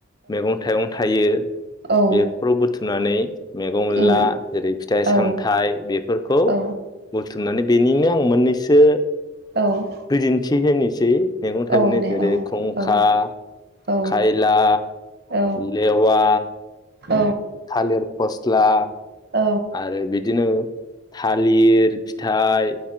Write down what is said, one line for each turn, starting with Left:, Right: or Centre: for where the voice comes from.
Left: मैगं-थाइगं थायो
Right: औ
Left: बेफोरखौ बुथु <unintelligible> मनानै मैगं-मैला,
Right: उम
Left: जेरै- फिथाइ
Right: औ
Left: सामथाइ बेफोरखौ बुथुम
Right: औ
Left: बुथुमनानै बेनिनो आं मोननैसो
Right: औ
Left: बिदिन्थि होनिसै। मैगं-थाइगंनि
Right: औ दे
Left: जेरै-खुंखा,
Right: औ औ औ
Left: खायला,
Right: औ
Left: लेवा
Right: औ
Left: थालिर फस्ला,
Right: औ
Left: आरो बिदिनो थालिर फिथाइ,